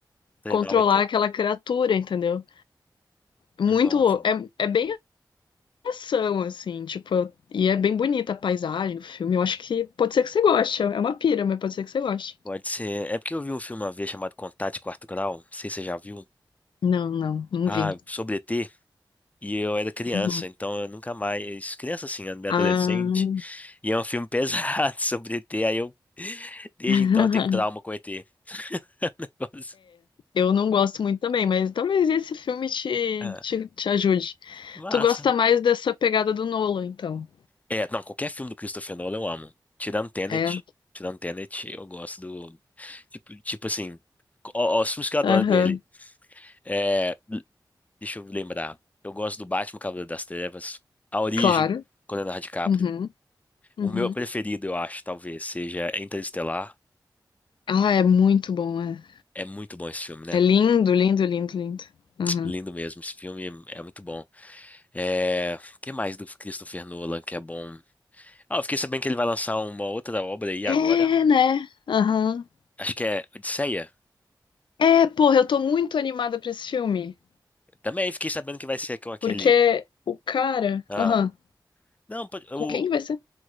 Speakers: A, on the left; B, on the left.
A: Treinar
B: controlar
A: o ET.
B: aquela criatura, entendeu? Muito
A: Nossa.
B: louco. É, é bem ação, assim, tipo, eu- e é bem bonita a paisagem do filme. Eu acho que pode ser que você goste. É uma pira, mas pode ser que você goste.
A: Pode ser. É porque eu vi um filme uma vez chamado Contato de Quarto Grau. Não sei se você já viu.
B: Não, não, não
A: Ah,
B: vi.
A: sobre E T e eu era criança,
B: Uhum.
A: então eu nunca mais. Criança assim, eu adolescente,
B: Ah,
A: e é um filme pesado <laughs> sobre E T. aí eu. Desde
B: <laughs>
A: então eu tenho trauma com ET. <laughs> Negócio.
B: eu não gosto muito também, mas talvez esse filme te,
A: Ah,
B: te, te ajude.
A: massa.
B: Tu gosta mais dessa pegada do Nolan, então.
A: É, não, qualquer filme do Christopher Nolan eu amo. Tirando Tenet,
B: É,
A: tirando Tenet, eu gosto do. Tipo, tipo assim, ó, ó, os filmes que eu adoro
B: aham,
A: dele. É, deixa eu lembrar. Eu gosto do Batman Cavaleiro das Trevas, A Origem,
B: claro.
A: com Leonardo DiCaprio.
B: Uhum, uhum.
A: O meu preferido, eu acho, talvez, seja Interestelar.
B: Ah, é muito bom, é.
A: É muito bom esse filme, né?
B: É lindo, lindo, lindo, lindo. Aham.
A: <tsk> Lindo mesmo. Esse filme é muito bom. É... O que mais do Christopher Nolan que é bom? Ah, eu fiquei sabendo que ele vai lançar uma outra obra aí
B: É,
A: agora.
B: né? Aham.
A: Acho que é Odisseia.
B: É, porra, eu tô muito animada pra esse filme.
A: Também fiquei sabendo que vai ser com aquele.
B: Porque o cara.
A: Ah,
B: Aham.
A: não, pode- o...
B: Com quem que vai ser?